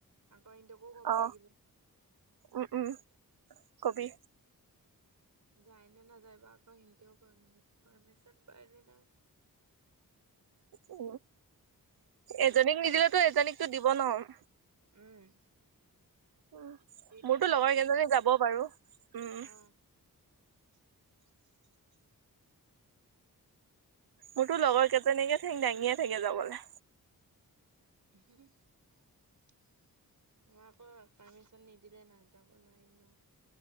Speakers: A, on the right; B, on the right.
A: কৰিটকো ক'ব
B: অ
A: লাগিব
B: উম উম কবি
A: যায় নে নাযায় বা আকৌ সিতেও প পাৰ্মিচন বাই ন ন
B: উ এজনীক নিদিলেেতো এজনীকতো দিব নহয়
A: উম
B: উ
A: ঋতুক
B: মোৰতো
A: সুধি
B: লগৰ কেইজী
A: চাম
B: যাব পাৰো উম
A: অ
B: মোৰতো লগৰ কেইজনীকে থে দাঙিয়ে থাকে যাবলৈ
A: আমাক আকৌ পাৰ্মিচন নিদিলে নাযাব নোৱাৰিম ন